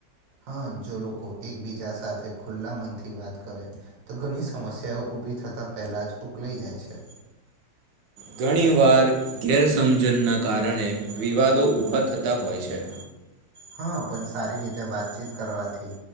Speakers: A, on the right; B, on the right.
A: હા જો લોકો એકબીજા સાથે ખુલ્લા મન થી વાત કરે તો ઘણી સમસ્યાઓ ભી થતાં પહેલાં જ ઉકલાઈ જાય છે
B: ઘણીવાર ગેરસમજણના કારણે વિવાદો ઉઊભા થતા હોય છે
A: હા પણ સારી રીતે વાતચીત કરવાથી